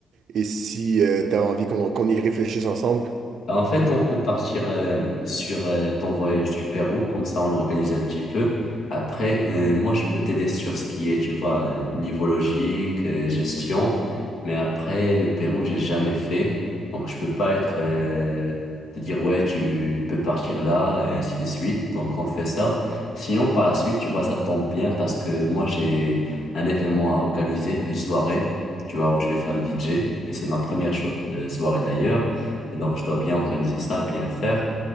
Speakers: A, on the right; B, on the left.
A: et si euh, tu as envie qu'on qu'on y réfléchisse ensemble,
B: Bah, En fait, on peut partir euh, sur euh, ton voyage du Pérou, comme ça on organise un petit peu. Après, euh, moi je peux t'aider sur ce qui est, tu vois, euh, niveau logique, euh, gestion. Mais après, le Pérou, j'ai jamais fait. Donc je peux pas être euh, te dire ouais, tu peux partir là et ainsi de suite. Donc on fait ça. Sinon, par la suite, tu vois, ça tombe bien parce que moi j'ai un événement à organiser, une soirée, tu vois, où je vais faire le DJ. Et c'est ma première cho- euh, soirée d'ailleurs. Et donc, je dois bien organiser ça, bien faire.